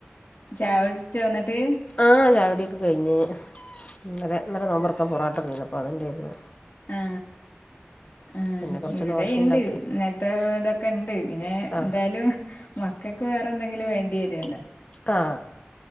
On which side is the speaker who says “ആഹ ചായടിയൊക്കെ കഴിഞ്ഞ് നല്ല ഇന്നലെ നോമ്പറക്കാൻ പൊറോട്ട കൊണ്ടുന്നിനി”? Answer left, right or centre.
Left